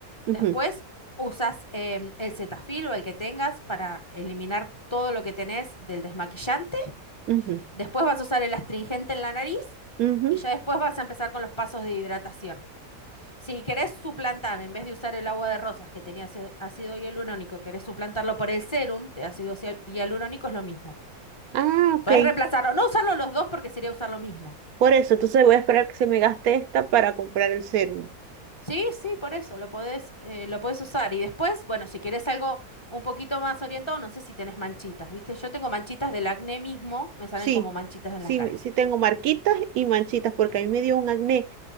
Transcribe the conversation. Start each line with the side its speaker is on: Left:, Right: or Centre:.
Right: ujú,
Left: después usas em, el Cetaphil o el que tengas para eliminar todo lo que tenés del desmaquillante
Right: ujú,
Left: Después vas a usar el astringente en la nariz
Right: ujú.
Left: y ya después vas a empezar con los pasos de hidratación. Si querés suplantar, en vez de usar el agua de rosas que tenía aci- ácido hialurónico, querés suplantarlo por el serum de ácido cial- hialurónico, es lo mismo.
Right: Ah, ok.
Left: Podés reemplazarlo, no usarlo los dos porque sería usar lo mismo.
Right: Por eso, entonces voy a esperar que se me gaste esta para comprar el serum.
Left: Sí, sí, por eso, lo podés, eh, lo podés usar. Y después, bueno, si querés algo un poquito más orientado, no sé si tenés manchitas, ¿viste? Yo tengo manchitas del acné mismo, me salen
Right: Sí,
Left: como manchitas en
Right: sí,
Left: la cara.
Right: me- sí tengo marquitas y manchitas porque a mí me dio un acné,